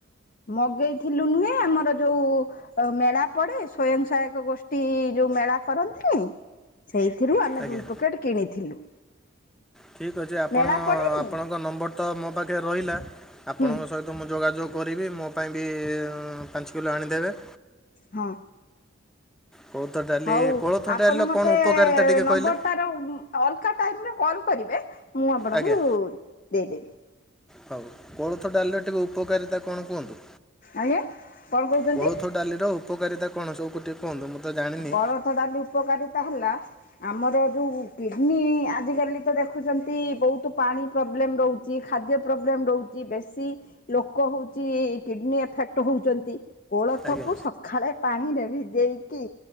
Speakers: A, on the left; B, in the centre.
A: ମଗେଇଥିଲୁ ନୁହେଁ ଆମର ଯୋଉ ମେଳା ପଡେ ସ୍ଵୟଂ ସହାୟକ ଗୋଷ୍ଠୀ। ଯେଉଁ ମେଳା କରନ୍ତିନି ସେଇଥିରୁ ଆମେ
B: ଆଜ୍ଞା
A: ଦୁଇ ପକେଟ୍ କିଣିଥିଲୁ।
B: ଠିକ୍ ଅଛି ଆପଣ
A: ମେଳା ପଡ଼େନି
B: ଆପଣଙ୍କ ନମ୍ବର ତ ମୋ ପାଖରେ ରହିଲା। ଆପଣଙ୍କ
A: ହୁଁ
B: ସହିତ ମୁଁ ଯୋଗାଯୋଗ କରିବି ମୋ ପାଇଁ ବି ପାଞ୍ଚ କିଲୋ ଆଣିଦେବେ।
A: ହଁ
B: କୋଳଥ ଡାଲି
A: ହଉ
B: କୋଳଥ
A: ଆପଣ
B: ଡାଲିର
A: ମତେ
B: କ'ଣ ଉପକାରିତା ଟିକେ
A: ନମ୍ବର
B: କହିଲେ
A: ଟାର ଅଲଗା ଟାଇମ୍ କଲ କରିବେ ମୁଁ ଆପଣଙ୍କୁ
B: ଆଜ୍ଞା
A: ଦେଇଦେବି।
B: ହଉ। କୋଳଥ ଡାଲିର ଟିକେ ଉପକାରିତା କଣ କୁହନ୍ତୁ
A: ଆଜ୍ଞା କଣ କହୁଛନ୍ତି
B: କୋଳଥ ଡାଲିର? ଉପକାରିତା କଣ ସବୁ ଟିକେ କୁହନ୍ତୁ? ତ ଜାଣିନି
A: କୋଳଥ ଡାଲି ଉପକାରିତା ହେଲା ଆମର ଯୋଉ କିଡ଼ନୀ ଆଜିକାଲି ତ ଦେଖୁଛନ୍ତି ବହୁତ ପାଣି ପ୍ରୋବ୍ଲେମ୍ ରହୁଛି ଖା ଖାଦ୍ୟ ପ୍ରୋବଲେମ ରହୁଛି ବେଶି ଲୋକ ହଉଛି କୀଡିନ ଆଫେକଟ ହଉଛନ୍ତି। କୋଳଥକୁ
B: ଆଜ୍ଞା
A: ସକାଳେ ପାଣିରେ ଭିଜେଇ କି